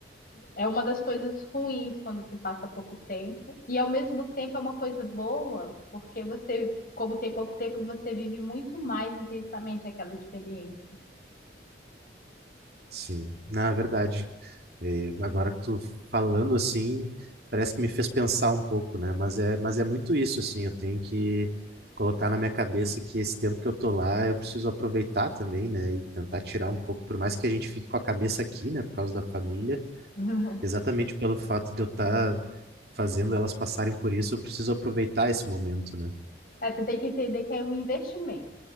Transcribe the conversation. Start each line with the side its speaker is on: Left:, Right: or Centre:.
Left: é uma das coisas ruins quando se passa pouco tempo, e ao mesmo tempo é uma coisa boa, porque você, como tem pouco tempo, você vive muito mais intensamente aquela experiência.
Right: sim. Na verdade, é, agora que tu falando assim, parece que me fez pensar um pouco, né? Mas é, mas é muito isso, assim, eu tenho que colocar na minha cabeça que esse tempo que eu tô lá, eu preciso aproveitar também, né? E tentar tirar um pouco, por mais que a gente fique com a cabeça aqui, né, por causa da família
Left: <laughs>
Right: Exatamente pelo fato de eu estar fazendo elas passarem por isso, eu preciso aproveitar esse momento, né?
Left: É, você tem que entender que é um investimento.